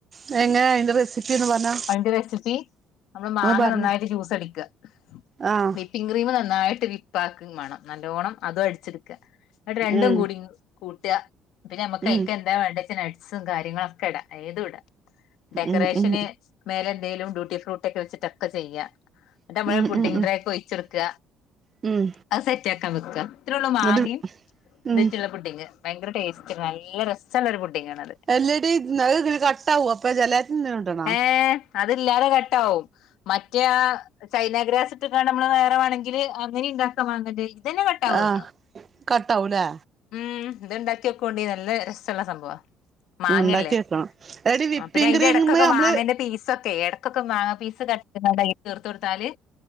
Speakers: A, on the right (about 25°); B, on the left (about 65°).
A: അതെങ്ങനെ അയിന്റെ റെസിപ്പി ഒന്ന് പറഞ്ഞാ
B: അതിന്റെ റെസിപ്പി നമ്മള് മാങ്ങ
A: ഒന്ന് പറഞ്ഞേ
B: നന്നായിട്ട് ജ്യൂസ് അടിക്കാ
A: ആഹ്
B: വി വിപ്പിങ് ക്രീം നന്നായിട്ട് വിപ്പാക്കും മാണം നല്ലോണം അതും അടിച്ചെട്ക്ക ഇന്നെട്ട് രണ്ടും
A: ഉം
B: കൂടിം കൂട്ടാ പിന്നെ നമ്മക്ക്
A: ഉം
B: അയ്ക്ക് എന്താ വേണ്ടച്ചാ നട്ട്സും കാര്യങ്ങളൊക്കെ ഇടാ ഏതും ഇടാ ഡെക്കറേഷന്
A: ഉം ഉം
B: മേലെന്തേലും ഡ്യൂട്ടി ഫ്രൂട്ടൊക്കെ വെച്ചിട്ടൊക്കെ ചെയ്യാ ഇന്നെട്ട്
A: ഉം
B: നമ്മള് പുഡ്ഡിംങ്
A: ഉം ഉം
B: ട്രെക്ക് ഒഴിച്ചൊട്ക്ക
A: ഉം
B: അത് സെറ്റാക്കാൻ വെക്ക ഇത്രേള്ളു മാങ്ങിം
A: എന്നിട്ട് ഉം
B: ഇതൊക്കള്ള പുഡിങ് ഭയങ്കര ടേസ്റ്റ് നല്ല രസള്ളോരു പുഡ്ഢിങ്ങാണത്
A: അല്ലെടീ അത് ഇങ്ങനെ കട്ടാവോ അപ്പൊ ജലാറ്റിന് എന്തേലും ഇടണോ
B: ഏഹ് അതില്ലാതെ കട്ടാവും മറ്റേ ആ ചൈനഗ്രാസ് ഇട്ട്ക്കാണ്ട് നമ്മള് നേ രെ വാണെങ്കില അങ്ങനിം ഇണ്ടാക്ക മാങ്ങന്റെ ഇതന്നെ കട്ടാവല്ലോ
A: ആഹ് കട്ടാവൂലേ
B: ഉം ഇത് ഇണ്ടാക്ക്യോക്കൊണ്ടി നല്ല രസള്ള സംഭവാ മാങ്ങല്ലേ
A: ഉണ്ടാക്കി വെക്കണം എടി വിപ്പിംഗ്
B: ആഹ് പിന്നെ അതിന്റെ
A: ക്രീമ്
B: ഇടക്കൊക്കെ
A: നമ്മള്
B: മാങ്ങേന്റെ പീസൊക്കെ ഇടക്കൊക്കെ മാങ്ങ പീസ് കട്ട് യ്താണ്ട് അയ്ല് ചേറ്ത്തൊട്ത്താല്